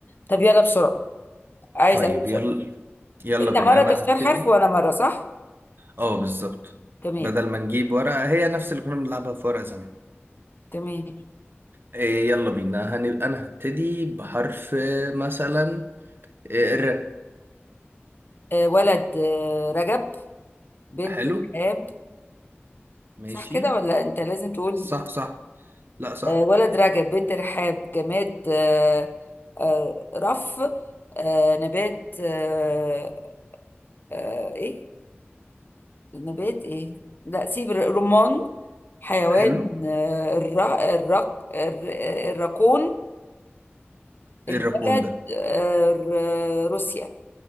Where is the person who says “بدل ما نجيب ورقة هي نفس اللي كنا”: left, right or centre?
Right